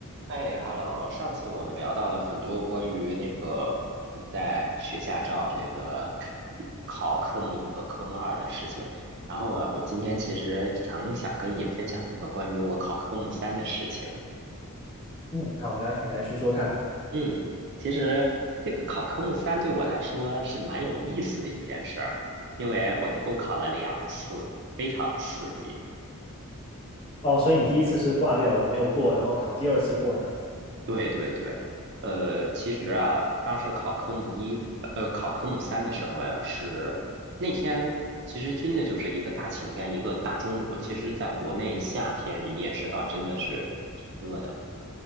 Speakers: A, on the right (about 50°); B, on the left (about 25°).
A: 哎，Hello，上次我们聊到了很多关于那个你在学驾照这个考科目一和科目二的事情，然后啊，我今天其实挺想跟你分享一个关于我考科目三的事情。
B: 嗯，好，来，你来说说看。
A: 嗯，其实这个考科目三对我来说是蛮有意思的一件事儿，因为我一共考了两次，非常刺激。
B: 哦，所以你第一次是挂掉了，没有过，然后考第二次过的，
A: 对对对，呃，其实啊，当时考科目一，呃，考科目三的时候呀，是那天其实真的就是一个大晴天，一个大中午。其实，在国内夏天你也知道，真的是挺热的。